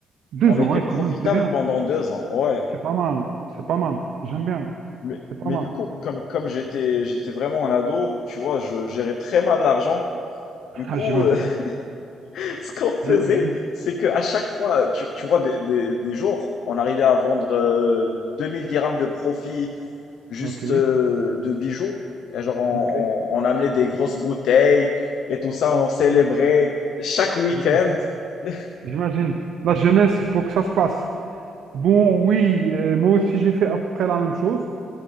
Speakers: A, on the right (about 70°); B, on the left (about 75°).
A: Deux
B: On était
A: ans, ouais,
B: profitable
A: quand même, c'est bien.
B: pendant deux ans. Ouais.
A: C'est pas mal. C'est pas mal. J'aime bien.
B: Mais,
A: C'est pas
B: mais
A: mal.
B: du coup, comme, comme j'étais, j'étais vraiment un ado, tu vois, je gérais très mal l'argent.
A: <laughs>
B: Du coup,
A: Ah, j'imagine.
B: euh, <laughs> ce qu'on faisait,
A: J'imagine.
B: c'est qu'à chaque fois, tu, tu vois, des, des- des jours, on arrivait à vendre euh, 2000 dirhams de profit juste
A: Ok.
B: euh, de bijoux. Et genre, on,
A: Ok.
B: on- on amenait des grosses bouteilles et tout ça, on célébrait
A: J'imagine.
B: chaque week-end.
A: J'imagine.
B: <laughs>
A: J'imagine. La jeunesse, il faut que ça se passe. Bon, oui, euh, moi aussi j'ai fait à peu près la même chose.